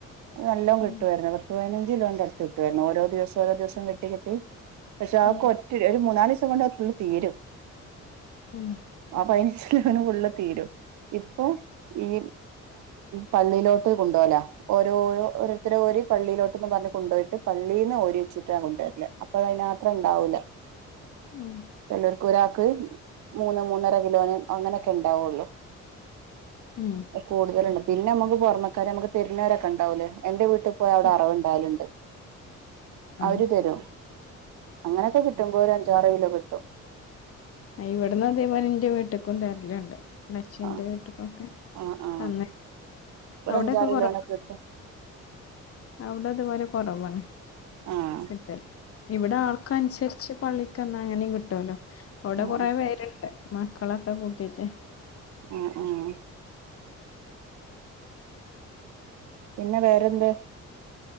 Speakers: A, on the right (about 70°); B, on the left (about 50°).
A: അത് നല്ലോ കിട്ടുമായിരുന്നു
B: ഉം
A: പത്തു പതിനഞ്ച് ഇതിന്റെ അടുത്ത് കിട്ടുവാരുന്നു ഓരോ ദിവസം ഓരോ ദിവസം കിട്ടി കിട്ടി പഷേ, ആകൊറ്റൊരു.
B: ഉം
A: മൂന്നാലിസം കൊണ്ട്. അത് ഫുള്ള് തീരും.
B: ഉം
A: ആഹ് പനിച്ചിലവന് ഫുള്ള് തീരും. ഇപ്പൊ ഈ പള്ളീലോട്ട് കൊണ്ടോപോവലാ ഓരോരോ ഓരോത്തര്ഓരി പള്ളിയിലോട്ടെന്ന് പറഞ്ഞ് കൊണ്ടോയിട്ട് പള്ളീന്ന് ഓരിവെച്ചിട്ടാ കൊണ്ടുവരല് അപ്പൊഴയിന് മാത്രം ഉണ്ടാവൂല.
B: ഉം
A: ചെലോർക്ക് ഒരാക്ക് മൂന്ന് മൂന്നര കിലോന്. അങ്ങനെയൊക്കെയിണ്ടാവൊള്ളു.
B: ഉം
A: കൂടുതല്ണ്ട് പിന്നെനമുക്ക്. പൊറമക്കാര് തെരുന്നോരൊക്കെയുണ്ടാവുലേ. എന്റെ വീ ട്ടി പോയാ അവടെ
B: ഉം
A: അറവുണ്ടാവലുണ്ട്.
B: ആഹ്
A: അവര് തെരും അങ്ങനെയൊക്കെ കി ട്ടുമ്പോ ഒരഅഞ്ചാറ് കിലോ കിട്ടും.
B: ഇവിടുന്നും അതേപോലെ എന്റെ വീട്ട്ക്കും തെര്ലുണ്ട്. ഉമ്മച്ചീന്റെ
A: ആ
B: വീട്ടിക്കൊക്കെ
A: ആ ആ
B: തിന്നി
A: ഒരു
B: അവിടൊക്കെ
A: അഞ്ചാറ്
B: കൊറ
A: കിലോനൊക്കെ കിട്ടും
B: അവിടിത് പോലെ കൊറവാണ്
A: ആഹ്
B: അതെ ഇവിടെ ആൾക്കൻസരിച്ച് പള്ളിക്കേന്ന് അങ്ങനിം കിട്ടൂല്ലോ. ഇവടെ
A: ആ
B: കൊറെ പേരുണ്ട്. മക്കളൊക്കെ കൂട്ടീട്ട്.
A: ഉം ഉം പിന്നെ വേറെന്ത്